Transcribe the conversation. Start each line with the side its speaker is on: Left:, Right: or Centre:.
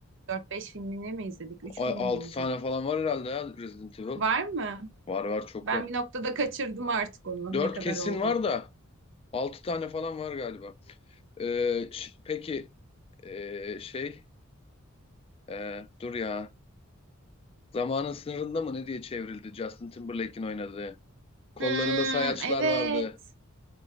Right: 4-5 filmini mi izledik 3
Left: 6
Right: filmini mi izledik
Left: tane falan var herhalde ya Resident Evil.
Right: Var mı?
Left: Var var çok
Right: Ben
Left: var.
Right: bir noktada kaçırdım artık onu.
Left: 4
Right: Ne kadar
Left: kesin
Right: olduğunu.
Left: var da 6 tane falan var galiba. Ee, ş- peki ee, şey ee, dur ya. Zamanın sınırında mı ne diye çevrildi Justin Timberlake'in oynadığı. Kollarında
Right: Hmm,
Left: sayaçlar
Right: evet.
Left: vardı.